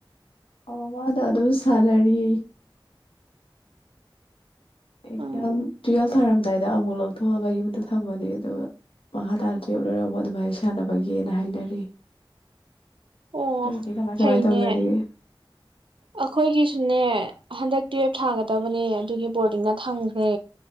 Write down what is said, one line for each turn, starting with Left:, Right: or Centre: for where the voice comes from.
Left: ꯑ ꯃꯥꯗ ꯑꯗꯨꯝ ꯁꯥꯟꯅꯔꯤ ꯑꯦꯛꯖꯥꯝ
Right: ꯎꯝ
Left: ꯇꯨꯌꯦꯜꯞ ꯊꯥꯔꯝꯗꯥꯏꯗ ꯑꯃꯨꯛ ꯂꯧꯊꯣꯛꯑꯒ ꯌꯨꯝꯗ ꯊꯝꯃꯅꯤ ꯑꯗꯨꯒ ꯃꯈꯥ ꯇꯥꯅ ꯇꯨꯌꯦꯜꯞ ꯂꯣꯏꯔꯝ ꯑꯃꯨ ꯑꯗꯨꯃꯥꯏꯅ ꯁꯥꯟꯅꯕꯒꯦꯅ ꯍꯥꯏꯅꯔꯤ
Right: ꯑꯣ
Left: ꯅꯣꯏꯗꯤ ꯀꯃꯥꯏ
Right: ꯐꯩꯅꯦ
Left: ꯀꯃꯥꯏ ꯇ ꯎꯅꯔꯒꯦ
Right: ꯑꯩꯈꯣꯏꯒꯤꯁꯨꯅꯦ ꯍꯟꯗꯛꯇꯤ ꯞ ꯊꯥꯒꯗꯕꯅꯤ ꯑꯗꯨꯒꯤ ꯕꯣꯔꯗꯤꯉ ꯊꯝꯈ꯭ꯔꯦ